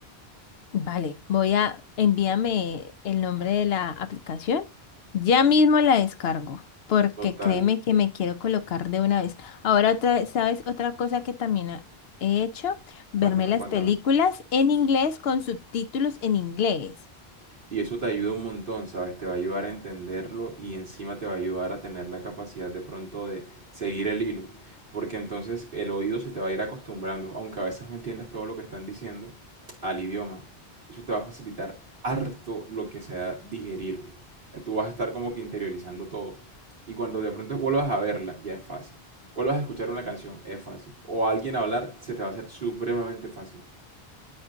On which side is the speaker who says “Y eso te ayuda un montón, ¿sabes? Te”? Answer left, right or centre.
Right